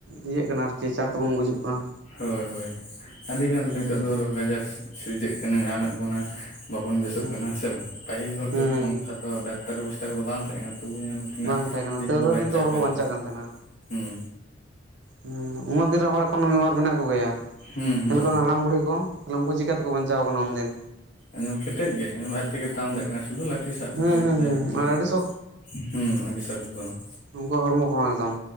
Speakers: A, on the right (about 70°); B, on the left (about 40°).
A: ᱤᱭᱟᱹᱜ ᱠᱟᱱᱟ ᱟᱨᱠᱤ ᱪᱟᱬ ᱛᱮᱵᱚᱱ ᱜᱩᱡᱩᱜ ᱠᱟᱱᱟ᱾
B: ᱦᱳᱭ ᱦᱳᱭ ᱟᱹᱰᱤᱜᱟᱱ
A: ᱦᱩᱸ
B: ᱱᱤᱛᱳᱜ ᱫᱚ ᱨᱳᱜᱽ ᱟᱡᱟᱨ ᱥᱤᱨᱡᱟᱹᱜ ᱠᱟᱱᱟ ᱧᱟᱢᱮᱫ ᱵᱚᱱᱟ᱾ ᱵᱟᱵᱚᱱ ᱵᱮᱥᱳᱜ
A: ᱦᱩᱸ
B: ᱠᱟᱱᱟ ᱦᱮᱸᱥᱮ ᱵᱟᱝ ᱯᱟᱹᱦᱤᱞ ᱦᱚᱲ
A: ᱦᱩᱸ
B: ᱛᱚ ᱚᱝᱠᱟ ᱛᱚ ᱰᱟᱠᱛᱟᱨ ᱵᱮᱵᱚᱥᱛᱟ ᱠᱚᱫᱚ ᱵᱟᱝ ᱛᱟᱦᱮᱸ ᱠᱟᱱᱟ, ᱛᱚᱵᱩ ᱧᱮᱞ ᱢᱮ ᱛᱤᱱᱟᱹᱜ
A: ᱵᱟᱝ ᱛᱟᱦᱮᱸ ᱠᱟᱱᱟ
B: ᱫᱤᱱ
A: ᱛᱟᱹᱣ
B: ᱠᱚ
A: ᱨᱮᱦᱚᱸ ᱠᱤᱱᱛᱩ ᱦᱚᱲ
B: ᱠᱟᱱᱟ
A: ᱠᱚ ᱵᱟᱧᱪᱟᱜ ᱠᱟᱱ ᱛᱟᱦᱮᱸᱱᱟ᱾
B: ᱦᱩᱸ
A: ᱦᱩᱸ ᱩᱱᱟᱹᱜ ᱫᱤᱱ ᱨᱮᱱ ᱦᱚᱲ ᱮᱠᱷᱱᱳ ᱢᱤᱫᱵᱟᱨ ᱢᱮᱱᱟᱜ ᱠᱚᱜᱮᱭ-ᱟ᱾ <unintelligible>
B: ᱦᱩᱸ ᱦᱩᱸ
A: ᱦᱟᱲᱟᱢ ᱵᱩᱲᱦᱤ ᱠᱚ ᱛᱟᱞᱦᱮ ᱩᱝᱠᱩ ᱪᱤᱠᱟᱹᱛᱮᱠᱚ ᱵᱟᱧᱪᱟᱣ ᱠᱟᱱᱟ ᱩᱱᱫᱤᱱ?
B: ᱧᱮᱞᱢᱮ ᱠᱮᱴᱮᱡ ᱜᱮᱭᱟᱭ ᱧᱮᱞᱢᱮ ᱟᱡ ᱛᱮᱜᱮ ᱛᱟᱲᱟᱢ ᱫᱟ ᱠᱟᱱᱟ ᱥᱩᱫᱩ ᱞᱟᱴᱷᱤ ᱥᱟᱵ
A: ᱦᱩᱸ
B: ᱠᱟᱛᱮᱫ
A: ᱦᱩᱸ
B: ᱡᱟᱭᱦᱳᱠ ᱤᱱᱟᱹᱜᱮ
A: ᱦᱩᱸ ᱟᱨ ᱟᱹᱰᱤ
B: ᱦᱩᱸ ᱟᱹᱰᱤ <unintelligible>
A: ᱩᱝᱠᱩᱣᱟᱜ ᱦᱚᱲᱢᱚ ᱠᱚᱦᱚᱸ ᱮᱠᱫᱚᱢ